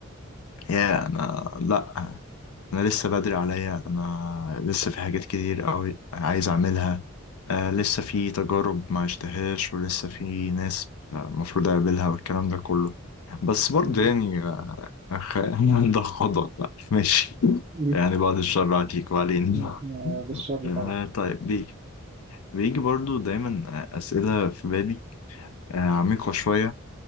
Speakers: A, on the left (about 85°); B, on the right (about 30°).
A: يا انا لا انا لسه بدري عليا انا لسه في حاجات كتير قوي عايز اعملها آه لسه في تجارب ما اشتهاش ولسه في ناس المفروض اقابلها والكلام ده كله بس برضه
B: بالظبط
A: يعني آه، أخ... <laughs> ده خضع بقى. ماشي
B: مش-
A: يعني بعد الشر عليك وعلينا
B: م- م- بالشر
A: آه
B: طبعا
A: طيب بيجي بيجي برضو دايما آه، أسئلة في بالي آه عميقة شوية